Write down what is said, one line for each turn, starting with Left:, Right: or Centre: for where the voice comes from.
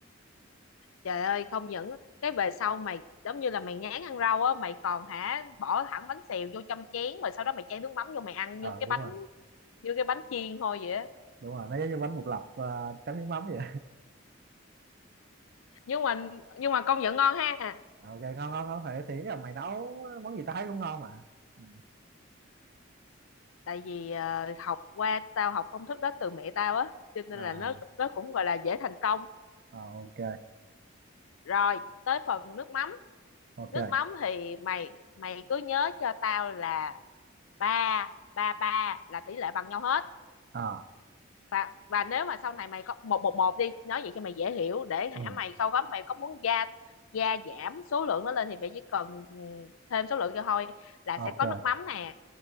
Left: Trời ơi không những cái về sau mày giống như là mày ngán ăn rau á mày còn hả bỏ thẳng bánh xèo vô trong chén rồi sau đó mày chan nước mắm vô mày ăn
Right: ờ
Left: như cái
Right: đúng
Left: bánh
Right: rồi
Left: như cái bánh chiên thôi vậy á
Right: đúng rồi nó giống như bánh bột lọc ờ, chấm nước mắm vậy
Left: nhưng mà nhưng mà công nhận ngon ha
Right: Ờ, ok ngon ngon ngon phải thì ý là mày nấu món gì tao thấy cũng ngon mà ừ.
Left: tại vì ờ, học qua tao học công thức đó từ mẹ tao á cho nên
Right: à
Left: là nó nó cũng gọi là dễ thành công
Right: ờ, ok
Left: rồi tới phần nước mắm
Right: ok
Left: nước mắm thì mày mày cứ nhớ cho tao là ba ba ba là tỷ lệ bằng nhau hết
Right: à
Left: và và nếu mà sau này mày có một một một đi nói vậy cho mày dễ hiểu để hả
Right: ừ,
Left: mày sau đó mày có muốn gia gia giảm số lượng nó lên thì mày chỉ cần ừ, thêm số lượng cho thôi là
Right: ok
Left: sẽ có nước mắm nè